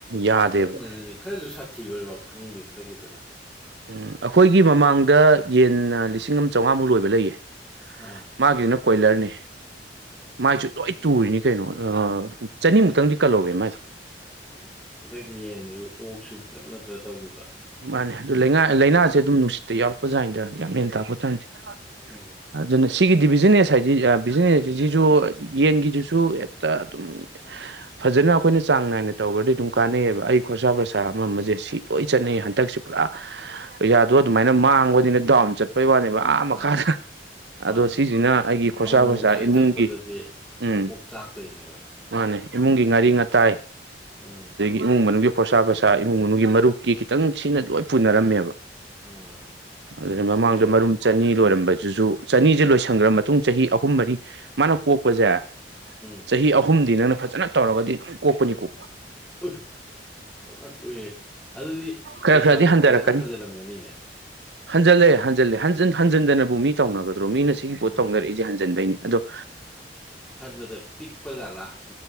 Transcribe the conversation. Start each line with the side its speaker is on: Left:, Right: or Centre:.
Right: ꯌꯥꯗꯦꯕ
Centre: ꯄꯥꯛꯇꯛꯅꯅꯅꯤ ꯈꯔꯖꯨ ꯁꯥꯊꯤꯕꯔꯣꯛ ꯈꯪꯗꯦ ꯍꯟꯗꯛꯀꯤꯗꯨ
Right: ꯎꯝ ꯑꯈꯣꯏꯒꯤ ꯃꯃꯥꯡꯗ ꯌꯦꯟꯅ ꯂꯤꯁꯤꯡ ꯑꯃ ꯆꯥꯎꯉꯥꯃꯨꯛ ꯂꯣꯏꯕ ꯂꯩꯌꯦ
Centre: ꯑꯥ
Right: ꯃꯥꯒꯤꯖꯤꯅ ꯀꯣꯏꯂ꯭ꯔꯅꯤ ꯃꯥꯏꯖꯨ ꯂꯣꯏ ꯇꯨꯔꯤꯅꯤ ꯀꯩꯅꯣ ꯑ ꯆꯅꯤꯃꯨꯛꯇꯪꯗꯤ ꯀꯜꯍꯧꯋꯦ ꯃꯥꯏꯗꯨ
Centre: ꯎꯝ ꯑꯗꯒꯤ ꯌꯦꯟꯖꯨ ꯑꯣꯛꯁꯨ ꯄꯨꯂꯞ ꯅꯠꯇ꯭ꯔ ꯇꯧꯒꯤꯕꯗꯣ
Right: ꯃꯥꯅꯦ ꯑꯗꯨ ꯂꯩꯉꯥ ꯂꯩꯅꯥꯖ‌ꯦ ꯑꯗꯨꯝ ꯅꯨꯡꯁꯤꯠꯇ ꯌꯥꯎꯔꯛꯄꯖꯥꯠꯅꯤꯗ ꯒ꯭ꯌꯥꯟ ꯃꯦꯟ ꯇꯥꯕꯇꯥꯟꯇꯦ
Centre: ꯎꯝ
Right: ꯑꯗꯨꯅ ꯁꯤꯒꯤꯗꯤ ꯕꯤꯖꯤꯅꯦꯁ ꯍꯥꯏꯗꯤ ꯑ ꯕꯤꯖꯤꯅꯦꯁ ꯁꯤ ꯖꯤꯖꯨ ꯌꯦꯟꯒꯤꯖꯤꯁꯨ ꯍꯦꯛꯇ ꯑꯗꯨꯝ ꯐꯖꯅ ꯑꯈꯣꯏꯅ ꯆꯥꯡ ꯅꯥꯏꯅ ꯇꯧꯒ꯭ꯔꯗꯤ ꯑꯗꯨꯝ ꯀꯥꯟꯅꯩꯌꯦꯕ ꯑꯩ ꯈꯣꯔꯁꯥ ꯄ꯭ꯔꯁꯥ ꯑꯃ ꯑꯃꯖꯦ ꯁꯤ ꯂꯣꯏ ꯆꯠꯅꯩ ꯍꯟꯇꯛꯁꯨ ꯄꯨꯔꯥ ꯄꯩꯁꯥꯗꯨ ꯑꯗꯨꯃꯥꯏꯅ ꯃꯥꯡꯕꯗꯤꯅ ꯗꯥꯎꯟ ꯆꯠꯄꯩ ꯋꯥꯅꯦꯕ ꯑꯥ
Centre: ꯃꯥꯅꯦ
Right: ꯃꯈꯥꯗ
Centre: ꯃꯥꯅꯦ ꯃꯥꯅꯦ
Right: ꯑꯗꯣ ꯁꯤꯖꯤꯅ ꯑꯩꯒꯤ ꯈꯣꯔꯁꯥ
Centre: ꯑꯃꯨꯛ
Right: ꯄꯨꯔꯁꯥ
Centre: ꯑꯃꯨꯛ ꯁꯨꯃꯥꯏꯅ
Right: ꯏꯃꯨꯡꯒꯤ
Centre: ꯆꯠꯄꯗꯗꯤ
Right: ꯎꯝ
Centre: ꯀꯣꯛ ꯆꯥꯛꯇꯣꯏꯅꯦꯕ
Right: ꯃꯥꯅꯦ ꯏꯃꯨꯡꯒꯤ ꯉꯥꯔꯤ ꯉꯇꯥꯏ
Centre: ꯑ
Right: ꯏꯃꯨꯡ ꯃꯅꯨꯡꯒꯤ ꯈꯣꯔꯁꯥ ꯄ꯭ꯔꯁꯥ ꯏꯃꯨꯡ ꯃꯅꯨꯡꯒꯤ ꯃꯔꯨꯞꯀꯤ ꯈꯤꯇꯪ ꯁꯤꯅ ꯂꯣꯏ ꯄꯨꯅꯔꯝꯃꯦꯕ
Centre: ꯑꯥ
Right: ꯑꯗꯨꯗ ꯃꯃꯥꯡꯗ
Centre: ꯑꯗꯨꯝ ꯌꯥꯏꯑꯕ
Right: ꯃꯔꯨꯝ ꯆꯅꯤ ꯂꯣꯏꯔꯝꯕꯖꯤꯖꯨ ꯆꯅꯤꯖꯦ ꯂꯣꯏꯁꯟꯒ꯭ꯔ ꯃꯇꯨꯡ ꯆꯍꯤ ꯑꯍꯨꯝ ꯃꯔꯤ ꯃꯥꯅ ꯀꯣꯛꯄꯖꯦ
Centre: ꯎꯝ
Right: ꯆꯍꯤ ꯑꯍꯨꯝꯗꯤ ꯅꯪꯅ ꯐꯖꯅ ꯇꯧꯔꯒꯗꯤ ꯑꯗꯨꯝ ꯀꯣꯛꯄꯅꯤꯀꯣ
Centre: ꯎ ꯐꯖꯅ ꯀ‌ꯣꯛꯑꯦꯍ‌ꯦ ꯑꯗꯨꯗꯤ
Right: ꯈꯔ
Centre: ꯄꯩꯁꯥꯗꯣ
Right: ꯈꯔꯗꯤ ꯍꯟꯊꯔꯛꯀꯅꯤ
Centre: ꯐꯖꯅ ꯍꯟꯖꯜꯂꯝꯒꯅꯤꯅꯦ
Right: ꯍꯟꯖꯜꯂꯦ ꯍꯟꯖꯜꯂꯦ ꯍꯟꯖꯟ ꯍꯟꯖꯟꯗꯅꯕꯨ ꯃꯤ ꯇꯧꯅꯒꯗ꯭ꯔꯣ ꯃꯤꯅ ꯁꯤꯒꯤ ꯄꯣꯠ
Centre: ꯃꯥꯅꯦ
Right: ꯇꯧꯅꯔꯛꯏꯖ‌ꯦ ꯍꯟꯖꯟꯕꯩꯅꯤ ꯑꯗꯣ
Centre: ꯕꯗ ꯄꯤꯛ ꯄꯥꯖꯥꯜꯂ